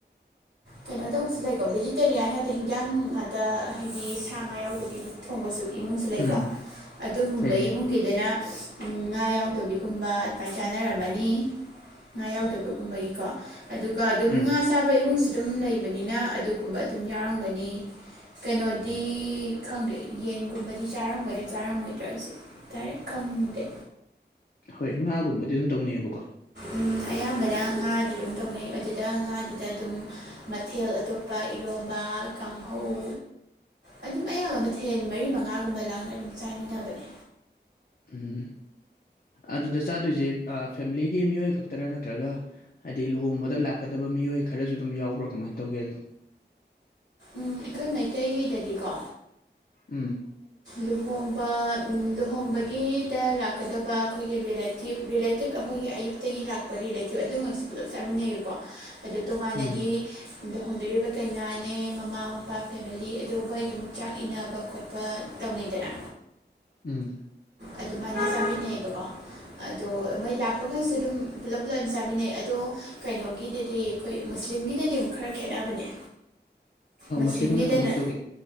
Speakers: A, on the right; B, on the left.
A: ꯀꯩꯅꯣ ꯇꯧꯕꯁꯨ ꯂꯩꯀꯣ ꯚꯦꯖꯤꯇꯦꯔꯤꯌꯥꯟ ꯍꯥꯏꯗ ꯍꯤꯟꯖꯥꯡ ꯉꯥꯛꯇ ꯍꯥꯏꯗꯤ ꯁꯥ ꯉꯥ ꯌꯥꯎꯗꯗꯤ ꯊꯣꯡꯕꯁꯨ ꯏꯃꯨꯡꯁꯨ ꯂꯩꯀꯣ
B: ꯎꯝ
A: ꯑꯗꯨꯒꯨꯝꯕ
B: ꯂꯩ ꯂꯩ
A: ꯏꯃꯨꯡꯒꯤꯗꯅ ꯉꯥ ꯌꯥꯎꯗꯕꯤꯒꯨꯝꯕ ꯑꯗꯨꯃꯥꯏ ꯆꯥꯅꯔꯝꯃꯅꯤ ꯉꯥ ꯌꯥꯎꯗꯕꯒꯨꯝꯕꯒꯤ ꯀꯣ ꯑꯗꯨꯒ ꯑꯗꯨꯝ
B: ꯎꯝ
A: ꯉꯥ ꯆꯥꯕ ꯏꯃꯨꯡꯁꯨ ꯑꯗꯨꯝ ꯂꯩꯕꯅꯤꯅ ꯑꯗꯨꯒꯨꯝꯕ ꯑꯗꯨꯝ ꯌꯥꯎꯔꯝꯒꯅꯤ ꯀꯩꯅꯣꯗꯤ ꯈꯪꯗꯦ ꯌꯦꯟꯒꯨꯝꯕꯗꯤ ꯆꯥꯔꯝꯒꯗ꯭ꯔꯥ ꯆꯥꯔꯝꯃꯣꯏꯗ꯭ꯔꯁꯦ ꯗꯥꯏꯔꯦꯛ ꯈꯪꯗꯦ
B: ꯍꯣꯏ ꯉꯥꯒꯨꯝꯕꯗꯤ ꯑꯗꯨꯝ ꯇꯧꯅꯩꯌꯦꯕꯀꯣ
A: ꯎꯝ ꯑꯌꯥꯝꯕꯅ ꯉꯥꯗꯤ ꯑꯗꯨꯝ ꯇꯧꯅꯩ ꯑꯗꯨꯗ ꯉꯥꯗꯨꯗ ꯑꯗꯨꯝ ꯃꯊꯦꯜ ꯑꯇꯣꯞꯄ ꯏꯔꯣꯝꯕ ꯀꯥꯡꯍꯧ ꯑꯗꯨꯝ ꯑꯌꯥꯝꯕ ꯃꯊꯦꯟ ꯃꯔꯤ ꯃꯉꯥꯒꯨꯝꯕ ꯂꯥꯡꯅ ꯑꯗꯨꯝ ꯆꯥꯃꯤꯟꯅꯕꯅꯦ
B: ꯎꯝ ꯑꯗꯨꯗ ꯆꯥꯗꯣꯏꯁꯦ ꯑ ꯐꯦꯃꯤꯂꯤꯒꯤ ꯃꯤꯑꯣꯏ ꯈꯛꯇꯔꯥ ꯅꯠꯇ꯭ꯔꯒ ꯍꯥꯏꯗꯤ ꯂꯨꯍꯣꯡꯕꯗ ꯂꯥꯛꯀꯗꯕ ꯃꯤꯑꯣꯏ ꯈꯔꯁꯨ ꯑꯗꯨꯝ ꯌꯥꯎꯕ꯭ꯔꯥ ꯀꯃꯥꯏ ꯇꯧꯒꯦ
A: ꯑꯩꯈꯣꯏ ꯃꯩꯇꯩꯒꯤꯗꯗꯤꯀꯣ
B: ꯎꯝ
A: ꯂꯨꯍꯣꯡꯕ ꯂꯨꯍꯣꯡꯕꯒꯤꯗ ꯂꯥꯛꯀꯗꯕ ꯑꯩꯈꯣꯏꯒꯤ ꯔꯤꯂꯦꯇꯤꯞ ꯔꯤꯂꯦꯇꯤꯞ ꯑꯩꯈꯣꯏꯒꯤ ꯑꯌꯨꯛ ꯇꯒꯤ ꯂꯥꯛꯄ ꯔꯤꯂꯦꯇꯤꯚ ꯑꯗꯨꯃꯛꯁꯨ ꯄꯨꯜꯂꯞ ꯆꯥꯃꯤꯟꯅꯩꯌꯦꯀꯣ ꯑꯗꯨ ꯇꯣꯉꯥꯟꯅꯗꯤ
B: ꯎꯝ
A: ꯂꯧꯍꯣꯡꯗꯣꯔꯤꯕ ꯀꯩꯅꯥꯅꯦ ꯃꯃꯥ ꯃꯄꯥ ꯐꯦꯃꯤꯂꯤ ꯑꯗꯨ ꯃꯣꯏ ꯑꯗꯨꯝ ꯆꯥꯛ ꯏꯟꯅꯕ ꯈꯣꯠꯄ ꯇꯧꯅꯩꯗꯅ
B: ꯎꯝ
A: ꯑꯗꯨꯃꯥꯏꯅ ꯆꯥꯃꯤꯟꯅꯩꯌꯦꯕꯀꯣ ꯑꯗꯣ ꯃꯣꯏ ꯂꯥꯛꯄꯒꯁꯨ ꯑꯗꯨꯝ ꯄꯨꯂꯞ ꯄꯨꯂꯞ ꯆꯥꯃꯤꯟꯅꯩ ꯑꯗꯣ ꯀꯩꯅꯣꯒꯤꯗꯗꯤ ꯑꯩꯈꯣꯏ ꯃꯨꯁꯂꯤꯝꯒꯤꯗꯗꯤ ꯑꯃꯨꯛ ꯈꯔ ꯈꯦꯠꯅꯕꯅꯦ
B: ꯑꯣ
A: ꯃꯨꯁꯂꯤꯝꯒꯤꯗꯅ
B: ꯃꯨꯁꯂꯤꯝꯒꯤꯅ ꯀꯃꯥꯏꯅ ꯇꯧꯒꯦ